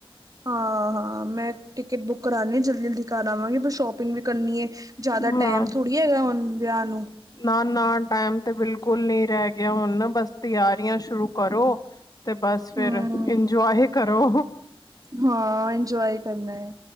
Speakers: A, on the right; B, on the left.
A: ਹਾਂ ਹਾਂ ਮੈਂ ਟਿਕਟ ਬੁੱਕ ਕਰਾਣੀ ਹ ਜਲਦੀ ਜਲਦੀ ਕਰ ਆਵਾਂਗੀ ਫਿਰ ਸ਼ੋਪਿੰਗ ਵੀ ਕਰਨੀ ਹੈ। ਜਿਆਦਾ
B: ਹਾਂ
A: ਟੈਮ ਥੋੜੀ ਹੈਗਾ ਹੁਣ ਵਿਆਹ ਨੂੰ-
B: ਨਾ- ਨਾ ਟਾਈਮ ਤੇ ਬਿਲਕੁਲ ਨੀ ਰਹਿ ਗਿਆ ਹੁਣ ਨਾ ਬਸ ਤਿਆਰੀਆਂ ਸ਼ੁਰੂ ਕਰੋ। ਤੇ ਬਸ ਫਿਰ
A: ਹਮ
B: ਇੰਜੋਏ ਕਰੋ
A: ਹਾਂ ਇੰਜੋਏ ਕਰਨਾ ਹੈ